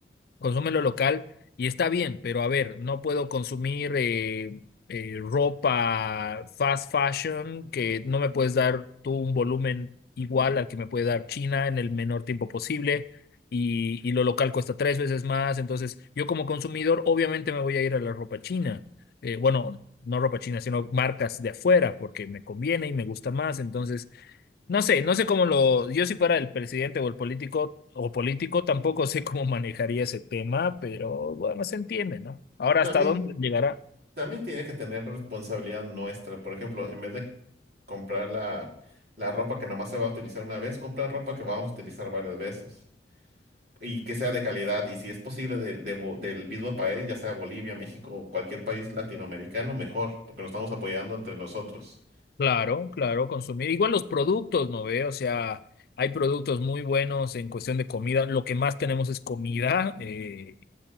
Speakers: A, on the left; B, on the right.
A: consume lo local y está bien, pero a ver, no puedo consumir eh, eh, ropa fast fashion que no me puedes dar tú un volumen igual al que me puede dar China en el menor tiempo posible y, y lo local cuesta tres veces más, entonces yo como consumidor obviamente me voy a ir a la ropa china, Eh, bueno, no ropa china, sino marcas de afuera porque me conviene y me gusta más, entonces... No sé, no sé cómo lo, yo si fuera el presidente o el político o político, tampoco sé cómo manejaría ese tema, pero bueno, se entiende, ¿no? Ahora,
B: También
A: ¿hasta dónde llegará?
B: También tiene que tener responsabilidad nuestra. Por ejemplo, en vez de comprar la, la ropa que nomás se va a utilizar una vez, comprar ropa que vamos a utilizar varias veces. Y que sea de calidad. Y si es posible de- de bo- del mismo país, ya sea Bolivia, México, cualquier país latinoamericano, mejor, porque nos estamos apoyando entre nosotros.
A: Claro, claro, consumir. Igual los productos, ¿no ve? O sea, hay productos muy buenos en cuestión de comida. Lo que más tenemos es comida. eh,